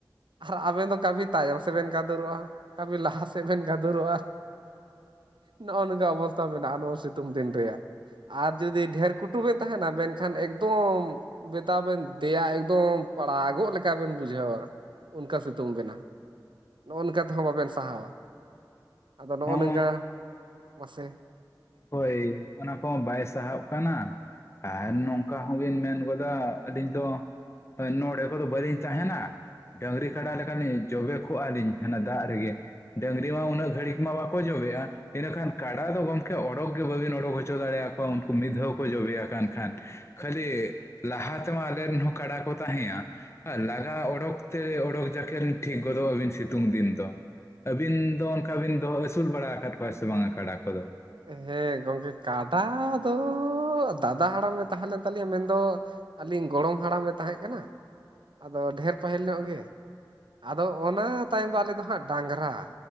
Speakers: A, on the right; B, on the left.
A: ᱟᱨ ᱟᱵᱮᱱ ᱫᱚ ᱠᱟᱹᱵᱷᱤ ᱛᱟᱭᱚᱢ ᱥᱮᱫ ᱵᱮᱱ ᱜᱟᱫᱩᱨᱚᱜᱼᱟ, ᱠᱟᱹᱵᱷᱤ ᱞᱟᱦᱟ ᱥᱮᱫ ᱵᱮᱱ ᱜᱟᱫᱩᱨᱚᱜᱼᱟ᱾ ᱱᱚᱜᱼᱚ ᱱᱚᱝᱠᱟ ᱚᱵᱚᱥᱛᱛᱟ ᱢᱮᱱᱟᱜᱼᱟ ᱱᱚᱣᱟ ᱥᱤᱛᱩᱝ ᱫᱤᱱ ᱨᱮᱭᱟᱜ, ᱟᱨ ᱡᱩᱫᱤ ᱰᱷᱮᱨ ᱠᱩᱴᱩ ᱵᱮᱱ ᱛᱟᱦᱮᱸᱱᱟ ᱢᱮᱱᱠᱷᱟᱱ ᱮᱠᱫᱚᱢ ᱢᱮᱛᱟ ᱵᱮᱱ ᱫᱮᱭᱟ ᱮᱠᱫᱚᱢ ᱯᱟᱲᱟᱜᱚᱜ ᱞᱮᱠᱟ ᱵᱮᱱ ᱵᱩᱡᱷᱟᱹᱣᱟ᱾ ᱚᱱᱠᱟ ᱥᱤᱛᱩᱝ ᱵᱮᱱᱟ, ᱱᱚᱜᱼᱚ ᱱᱚᱝᱠᱟ ᱛᱮᱦᱚᱸ ᱵᱟᱵᱮᱱ ᱥᱟᱦᱟᱣᱟ᱾ ᱟᱫᱚ ᱱᱚᱜᱼᱚ
B: ᱦᱚᱸ
A: ᱱᱤᱝᱠᱟ, ᱢᱟᱥᱮ᱾
B: ᱦᱳᱭ, ᱚᱱᱟ ᱠᱚᱦᱚᱸ ᱵᱟᱭ ᱥᱟᱦᱚᱜ ᱠᱟᱱᱟ᱾ ᱟᱨ ᱱᱚᱝᱠᱟ ᱦᱚᱸ ᱵᱤᱱ ᱢᱮᱱ ᱜᱚᱫᱟ ᱟᱹᱞᱤᱧ ᱫᱚ ᱠᱷᱟᱱ ᱱᱚᱰᱮ ᱠᱚ ᱫᱚ ᱵᱟᱞᱤᱧ ᱛᱟᱦᱮᱱᱟ᱾ ᱰᱟᱹᱝᱨᱤ ᱠᱟᱰᱟ ᱞᱮᱠᱟᱞᱤᱧ ᱡᱚᱵᱮ ᱠᱚᱜᱼᱟᱞᱤᱧ ᱦᱟᱱᱟ ᱫᱟᱜ ᱨᱮᱜᱮ᱾ ᱰᱟᱹᱝᱨᱤ ᱢᱟ ᱩᱱᱟᱹᱜ ᱜᱷᱟᱹᱲᱤᱠ ᱢᱟ ᱵᱟᱠᱚ ᱡᱚᱵᱮᱜᱼᱟ, ᱤᱱᱟᱹ ᱠᱷᱟᱱ ᱠᱟᱰᱟ ᱫᱚ ᱜᱚᱝ ᱠᱮ ᱚᱰᱳᱚᱠ ᱜᱮ ᱵᱟᱹᱵᱤᱱ ᱚᱰᱚᱠ ᱦᱚᱪᱚ ᱫᱟᱲᱮᱭᱟ ᱠᱚᱣᱟ ᱩᱱᱠᱩ ᱢᱤᱫ ᱫᱷᱟᱣ ᱠᱚ ᱡᱚᱵᱮᱭᱟ ᱠᱟᱱ ᱠᱷᱟᱱ, ᱠᱷᱟᱹᱞᱤ ᱞᱟᱦᱟ ᱛᱮᱢᱟ ᱟᱞᱮ ᱨᱮᱱ ᱦᱚᱸ ᱠᱟᱰᱟ ᱠᱚ ᱛᱟᱦᱮᱸᱭᱟ, ᱟᱨ ᱞᱟᱜᱟ ᱚᱰᱳᱠ ᱛᱮ ᱚᱰᱚᱠ ᱡᱟᱠᱮᱱ ᱴᱷᱤᱠ ᱜᱚᱫᱚᱜ ᱟᱹᱵᱤᱱ ᱥᱤᱛᱩᱝ ᱫᱤᱱ ᱫᱚ᱾ ᱟᱹᱵᱤᱱ ᱫᱚ ᱚᱱᱠᱟ ᱵᱤᱱ ᱫᱚᱦᱚ ᱟᱹᱥᱩᱞ ᱵᱟᱲᱟ ᱟᱠᱟᱫ ᱠᱚᱣᱟ ᱥᱮ ᱵᱟᱝᱟ ᱠᱟᱰᱟ ᱠᱚᱫᱚ?
A: ᱦᱮᱸ ᱜᱚᱝᱠᱮ ᱠᱟᱰᱟ ᱫᱚ ᱫᱟᱫᱟ ᱦᱟᱲᱟᱢᱮ ᱛᱟᱦᱮᱸ ᱞᱮᱱ ᱛᱟᱞᱤᱧᱟ ᱢᱮᱱᱫᱚ ᱟᱹᱞᱤᱧ ᱜᱚᱲᱚᱢ ᱦᱟᱲᱟᱢᱮ ᱛᱟᱦᱮᱸᱜ ᱠᱟᱱᱟ, ᱟᱫᱚ ᱰᱷᱮᱨ ᱯᱟᱹᱦᱤᱞ ᱧᱚᱜ ᱜᱮ, ᱟᱫᱚ ᱚᱱᱟ ᱛᱟᱭᱚᱢ ᱫᱚ ᱟᱞᱮ ᱫᱚ ᱦᱟᱸᱜ ᱰᱟᱝᱨᱟ᱾